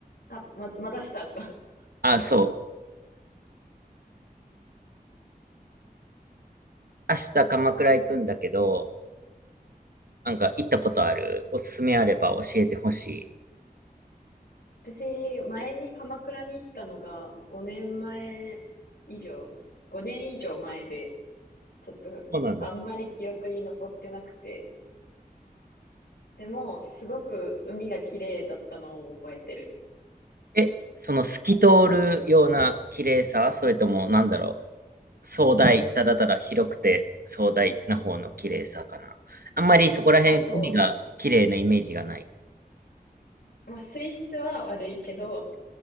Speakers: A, on the left (about 75°); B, on the right (about 65°).
A: あ、ま、まだしたか。<laughs>
B: あ、そう。
A: あの、
B: 明日鎌倉行くんだけど、なんか行ったことある、おすすめあれば教えてほしい。
A: 私、前に鎌倉に行ったのが5年前以上、5年以上前で、ちょっとあんまり記憶に残ってなくて、
B: そうなんだ。
A: でも、すごく海が綺麗だったのを覚えてる。
B: え、その透き通るような綺麗さ、それともなんだろう、壮大、ただただ広くて壮大な方の綺麗さかな。あんまりそこら辺、
A: あ、そ
B: 海が綺麗なイメージがない。
A: う。まあ、水質は悪いけど、